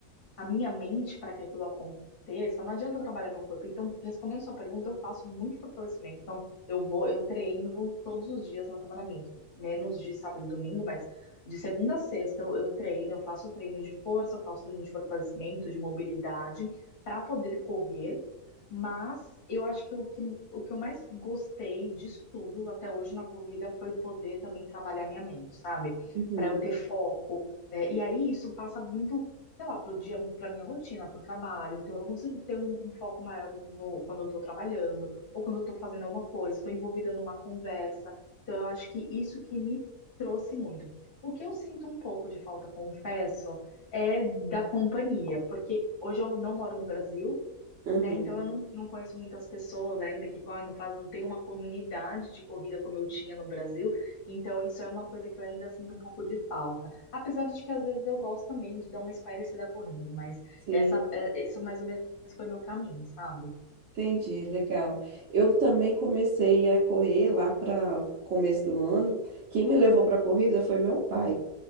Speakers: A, on the left; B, on the right.
A: a minha mente para que aquilo aconteça, não adianta eu trabalhar meu corpo. Então, respondendo sua pergunta, eu faço muito fortalecimento. Então, eu vou, eu treino todos os dias na semana, minto, menos de sábado e domingo, mas de segunda a sexta eu, eu treino, eu faço treino de força, eu faço treino de fortalecimento, de mobilidade, para poder correr. Mas eu acho que o que, o que eu mais gostei disso tudo até hoje na corrida foi poder também trabalhar minha mente, sabe?
B: Uhum.
A: Para eu ter foco. É, e aí isso passa muito sei lá, pro dia, pra minha rotina, pro trabalho. Então eu consigo ter um, um foco maior no, quando eu tô trabalhando, ou quando eu tô fazendo alguma coisa, estou envolvida numa conversa. Então eu acho que isso que me trouxe muito. O que eu sinto um pouco de falta, confesso, é da companhia, porque hoje eu não moro no Brasil
B: Uhum.
A: né? Então eu não, não conheço muitas pessoas ainda que correm, não faz, não tem uma comunidade de corrida como eu tinha no Brasil, então isso é uma coisa que eu ainda sinto um pouco de falta. Apesar de que às vezes eu gosto também de dar uma espairecida correndo, mas
B: Sim.
A: essa, é, isso mais ou menos foi meu caminho, sabe?
B: Entendi, legal. Eu também comecei a correr lá para começo do ano. Quem me levou para a corrida foi meu pai.